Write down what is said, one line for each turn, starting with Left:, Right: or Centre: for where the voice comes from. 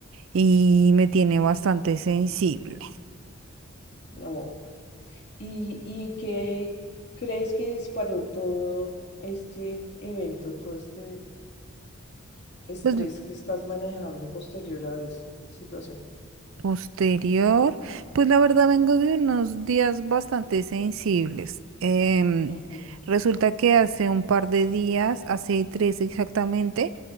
Right: y me tiene bastante sensible.
Left: No, ¿y, y qué crees que disparó todo este evento, todo este estrés
Right: Pues
Left: que estás manejando posterior a esa situación?
Right: Posterior, pues la verdad vengo de unos días bastante sensibles. Em,
Left: Ajá,
Right: resulta que hace un par de días, hace tres exactamente,